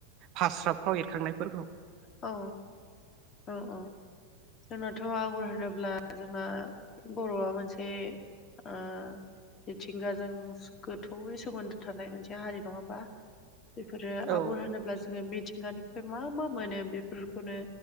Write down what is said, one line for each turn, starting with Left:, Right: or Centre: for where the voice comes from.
Right: फास्राफ्राव एरखांनायफोरखौ।
Left: औ उम उम। जोंनाथ' आगर होनोब्ला जोंना बर'आ मोनसे ओ मिथिंगाजों गोथौयै सोमोन्दो थानाय मोनसे हारि नङा होमबा? बेफोरो
Right: औ
Left: आगर होनोब्ला जोङो मिथिंगानिफ्राय मा मा मोनो बेफोरखौनो